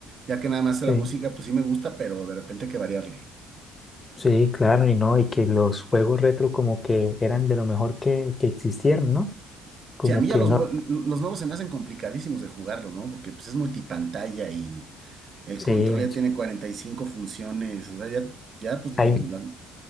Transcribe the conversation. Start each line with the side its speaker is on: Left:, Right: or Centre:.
Right: Ya que nada más la
Left: sí,
Right: música, pues sí me gusta, pero de repente hay que variarle.
Left: sí, claro, y no, y que los juegos retro como que eran de lo mejor que, que existieron, ¿no? Como
Right: Sí, a mí
Left: que
Right: ya los,
Left: no,
Right: nue- los nuevos se me hacen complicadísimos de jugarlos, ¿no? Porque pues es multipantalla y el
Left: sí,
Right: control ya tiene 45 funciones. O sea, ya, ya pues
Left: hay,
Right: lo- la-